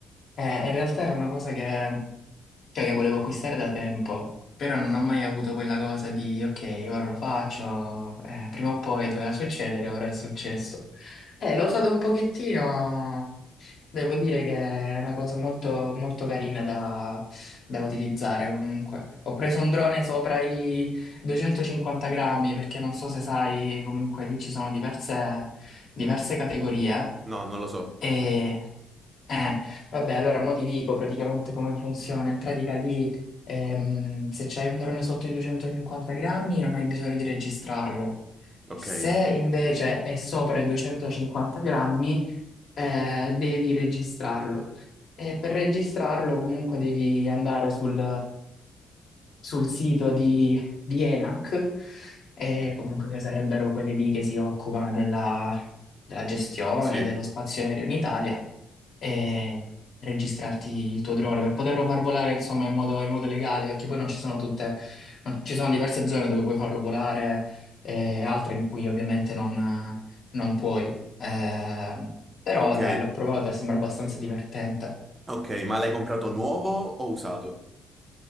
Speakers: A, on the left; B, on the right.
A: eh, in realtà era una cosa che, cioè, che volevo acquistare da tempo, però non ho mai avuto quella cosa di ok, ora lo faccio, eh, prima o poi doveva succedere, ora è successo. Eh, l'ho usato un pochettino, Devo dire che è una cosa molto, molto carina da, da utilizzare comunque. Ho preso un drone sopra i 250 grammi perché non so se sai, comunque lì ci sono diverse, diverse categorie.
B: No, non lo so.
A: E eh, vabbè, allora mo ti dico praticamente come funziona. In pratica lì ehm, se c'hai un drone sotto i 250 grammi non hai bisogno di registrarlo.
B: Ok,
A: Se invece è sopra i 250 grammi eh, devi registrarlo. E per registrarlo comunque devi andare sul, sul sito di, di ENAC, eh, comunque che sarebbero quelli lì che si occupano della, della gestione
B: sì.
A: dello spazio aereo in Italia, e registrarti il tuo drone per poterlo far volare, insomma, in modo, in modo legale, perché poi non ci sono tutte, non- ci sono diverse zone dove puoi farlo volare e altre in cui ovviamente non, non puoi. Eh, però
B: Ok,
A: dai, l'ho provato e sembra abbastanza divertente.
B: ok, ma l'hai comprato nuovo o usato?